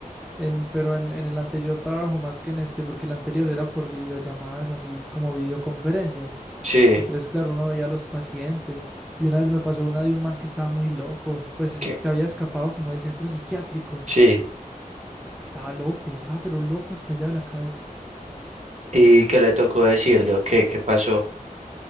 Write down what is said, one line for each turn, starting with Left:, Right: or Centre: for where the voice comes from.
Centre: En, pero en, en el anterior trabajo más que en este, porque el anterior era por videollamadas, así como videoconferencias.
Right: Sí,
Centre: Entonces, claro, uno veía a los pacientes. Y una vez me pasó una de un man que estaba muy loco, pues es-
Right: que,
Centre: se había escapado como del centro psiquiátrico.
Right: sí.
Centre: Estaba loco, estaba pero loco, estallado de la cabeza.
Right: ¿Y qué le tocó decirle? ¿O qué? ¿Qué pasó?